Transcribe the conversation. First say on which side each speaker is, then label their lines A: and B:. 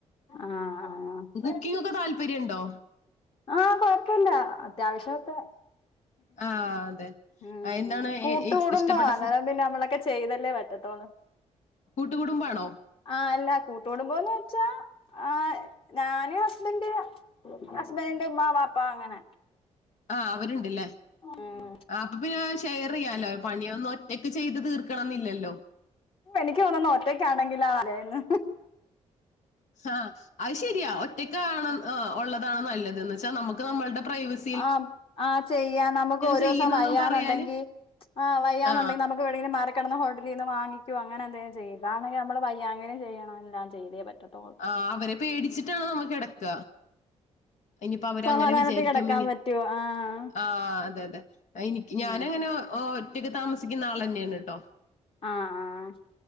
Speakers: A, on the left; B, on the left.
A: ആഹ്
B: കുക്കിംങ്ങൊക്കെ
A: ആഹ്
B: താല്പര്യണ്ടോ
A: ആഹ് കൊഴപ്പില്ല അത്യാവശ്യം ക്കെ
B: ആ അതെ
A: ഉം
B: ആ, എന്താണ്
A: കൂട്ടു
B: ഏ- ഏ-
A: കുടുംബ
B: ഇഷ്ടപ്പെട്ട
A: മാന്ന്
B: ഫുഡ്
A: ന്നാ പിന്നെ നമ്മളൊക്കെ ചെയ്തല്ലേ പറ്റത്തോള്
B: കൂട്ടുകുടുംബാണോ
A: ആഹ് അല്ല കൂട്ടുകുടുംബോന്ന് വെച്ചാ ആഹ് ഞാന് ഹസ്ബന്റ് ഹസ്ബൻറ്റിന്റെ ഉമ്മാ വാപ്പ അങ്ങനെ
B: ആഹ് അവര്ണ്ട്ല്ലേ
A: ഉം
B: ആഹ് അപ്പ പിന്നെ ഷെയറെയ്യാലോ പണിയൊന്നും ഒറ്റക്ക് ചെയ്ത് തീർക്കണംന്നില്ലല്ലോ
A: എനിക്ക് തോന്ന്ന്ന ഒറ്റക്കാണെങ്കിലാ നല്ലേന്ന്
B: ആഹ് അഹ് ശരിയാ ഒറ്റക്കാണന്ന്
A: ഉം
B: ഒള്ളതാണ് നല്ലത് എന്നച്ചാ നമുക്ക് നമ്മൾടെ പ്രൈവസി
A: ആം ആഹ് ചെയ്യാം നമുക്ക് ഒരൂസം
B: ചെയ്യന്നൊന്നും
A: വയ്യാന്നൊണ്ടെങ്കി
B: പറയാന്
A: ആഹ് വയ്യാന്നൊണ്ടെങ്കി
B: ആ
A: നമ വേണെങ്കി മാറികെടന്ന് ഹോട്ടലീന്ന് വാങ്ങിക്കോ അങ്ങനെ എന്തേ ചെയ്ത ഇതാണെങ്കി നമ്മള് വയാങ്കിലും ചെയ്യണം എല്ലാം ചെയ്തേ പറ്റത്തൊള്ള്
B: ആഹ് അവരെ പേടിച്ചിട്ടാണ് നമ്മ കെടക്ക ഇനിപ്പോ അവരങ്ങനെ
A: സമാധാനത്തി
B: വിചാരിക്കും
A: കിടക്കാൻ
B: ഇങ്ങ
A: പറ്റോ ആഹ്
B: ആഹ് അതെ അതെ എനിക്ക്
A: ഉം
B: ഞാനങ്ങനെ ഒറ്റക്ക് താമസിക്കുന്ന ആളന്നെയാണ് ട്ടോ
A: ആഹ് ആഹ്